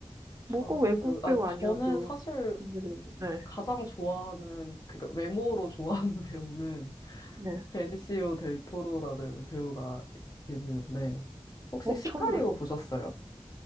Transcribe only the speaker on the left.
좋아하는
배우. 아,
저는 사실
가장 좋아하는, 그러니까 외모로 좋아하는 <laughs> 배우는
베니시오 델 토로라는 배우가 계시는데, 혹시
시카리오
보셨어요?